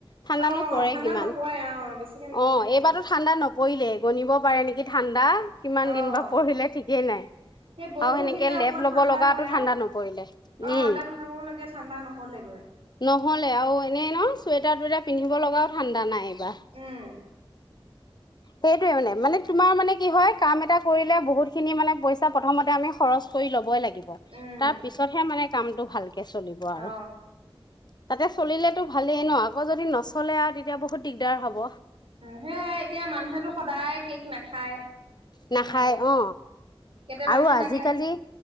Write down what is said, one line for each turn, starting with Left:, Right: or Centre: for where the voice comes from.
Left: ঠাণ্ডানো
Right: অ
Left: পৰে
Right: ঠাণ্ডা
Left: কিমান
Right: নপোৱাই অ বেছিকে নপৰে
Left: অ
Right: ঠাণ্ডা
Left: এইবাৰতো ঠাণ্ডা নপৰিলে গণিব পাৰে নেকি ঠাণ্ডা কিমান
Right: অ
Left: দিন বা
Right: সেই
Left: পৰিলে ঠিকেই নাই
Right: বৰষুণ
Left: আৰু সেনেকে
Right: দিলে অকমান
Left: লেপ ল'ব
Right: ঠাণ্ডা
Left: লগাটো
Right: হয় আৰু
Left: ঠাণ্ডা নপৰিলে
Right: অ
Left: উম
Right: অলপ লাগে ঠাণ্ডা নহলেগৈ
Left: নহ'লে আৰু এনেই ন চুৱেটাৰ টুৱেটাৰ পিন্ধিব লগাও ঠাণ্ডা নাই ৱাহ
Right: উম
Left: সেইটোয়ে মানে মানে তুমাৰ মানে কি হয় কাম এটা কৰিলে বহুত খিনি মানে পইচা প্ৰথমতে আমি খৰচ কৰি ল'বই লাগে কিহয়
Right: উম
Left: তাৰ পিছতহে মানে চামটো ভালকে চলিব আৰু
Right: অ
Left: তাতে চলিলেতো ভালেই ন আকৌ যদি নচলে আৰু তেতিয়া বহুত দিগদাৰ হ'ব
Right: সেয়াই এতিয়া মানুহেতটো সদায় কেক নাখায় মানে
Left: নাখায় অ
Right: কেতিয়াবাহে
Left: আৰু আজিকালি
Right: লাগে